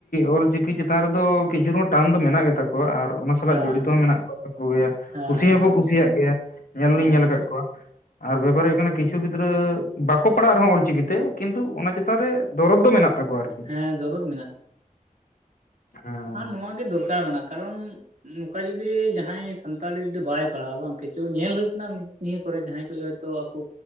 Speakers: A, on the left (about 80°); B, on the right (about 70°).
A: ᱚᱞᱪᱤᱠᱤ ᱪᱮᱛᱟᱱ ᱨᱮᱫᱚ ᱠᱤᱪᱷᱩ ᱨᱮᱦᱚᱸ ᱴᱟᱱ ᱫᱚ ᱢᱮᱱᱟᱜ ᱜᱮᱛᱟ ᱠᱚᱣᱟ ᱟᱨ᱾ ᱚᱱᱟ ᱥᱟᱞᱟᱜ
B: ᱦᱮᱸ
A: ᱡᱚᱲᱤᱛ ᱦᱚᱸ ᱢᱮᱱᱟᱜ ᱠᱚ ᱠᱚ ᱜᱮᱭᱟ
B: ᱦᱮᱸ
A: ᱠᱩᱥᱤ
B: ᱦᱮᱸ
A: ᱦᱚᱸᱠᱚ ᱠᱩᱥᱤᱭᱟᱜ ᱜᱮᱭᱟ ᱧᱮᱞ ᱦᱚᱞᱤᱧ
B: ᱦᱮᱸ
A: ᱧᱮᱞ ᱟᱠᱟᱫ ᱠᱚᱣᱟ ᱾ ᱟᱨ ᱵᱮᱯᱟᱨ ᱦᱩᱭᱩᱜ ᱠᱟᱱᱟ ᱠᱤᱪᱷᱩ ᱜᱤᱫᱽᱨᱟᱹ ᱵᱟᱠᱚ ᱯᱟᱲᱟᱜ ᱨᱮᱦᱚᱸ ᱚᱞ ᱪᱤᱠᱤᱛᱮ ᱠᱤᱱᱛᱩ ᱚᱱᱟ ᱪᱮᱛᱟᱱ ᱨᱮ ᱫᱚᱨᱚᱫ ᱫᱚ ᱢᱮᱱᱟᱜ-ᱟ᱾ ᱛᱟᱠᱚ ᱟᱨᱠᱤ
B: ᱦᱮᱸ ᱫᱚᱨᱚᱫ
A: ᱦᱮᱸ ᱾
B: ᱠᱷᱟᱱ ᱱᱚᱣᱟ ᱜᱮ ᱫᱚᱨᱠᱟᱨ ᱢᱮᱱᱟᱜᱼᱟ ᱠᱟᱨᱚᱱ ᱾ ᱱᱚᱝᱠᱟ ᱡᱩᱚᱫᱤ ᱡᱟᱦᱟᱸᱭ ᱥᱟᱱᱛᱟᱞᱤ ᱡᱩᱫᱤ ᱵᱟᱭ ᱯᱟᱲᱦᱟᱣᱟ ᱵᱟᱝ ᱠᱤᱪᱷᱩ ᱧᱮᱞ ᱦᱩᱭ ᱟᱠᱟᱱᱟᱟᱱᱟ ᱾ ᱱᱤᱭᱟᱹ ᱠᱚᱨᱮ ᱡᱟᱦᱟᱸᱭ ᱠᱚ ᱦᱚᱭᱛᱚ ᱟᱠᱚ